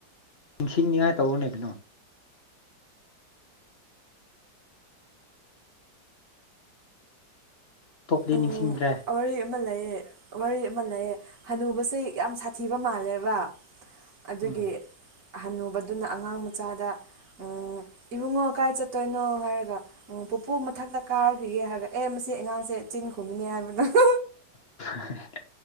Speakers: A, on the left (about 35°); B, on the right (about 50°).
A: ꯅꯤꯡꯁꯤꯡꯅꯤꯉꯥꯏ ꯇꯧꯋꯣꯅꯦ ꯀꯩꯅꯣ ꯇꯣꯞꯄꯗꯤ
B: ꯎꯝ
A: ꯅꯤꯡꯁꯤꯡꯗ꯭ꯔꯦ
B: ꯋꯥꯔꯤ ꯑꯃ ꯂꯩꯌꯦ ꯋꯥꯔꯤ ꯑꯃ ꯂꯩꯌꯦ ꯍꯅꯨꯕꯁꯦ ꯌꯥꯝ ꯁꯥꯊꯤꯕ ꯃꯥꯜꯂꯦꯕ ꯑꯗꯨꯒꯤ
A: ꯎꯝ
B: ꯍꯟꯅꯨꯕꯗꯨꯅ ꯑꯉꯥꯡ ꯃꯆꯥꯗ ꯎꯝ ꯏꯕꯨꯡꯉꯣ ꯀꯥꯏ ꯆꯠꯇꯣꯏꯅꯣ ꯍꯥꯏꯔꯒ ꯄꯨꯄꯨ ꯃꯊꯛꯇ ꯀꯥꯔꯨꯈꯤꯒꯦ ꯍꯥꯏꯔꯒ ꯑꯦ ꯃꯁꯤ ꯑꯉꯥꯡꯁꯦ ꯆꯤꯟ ꯈꯨꯝꯃꯤꯅꯦ ꯍꯥꯏꯕꯗꯣ <unintelligible>
A: <unintelligible>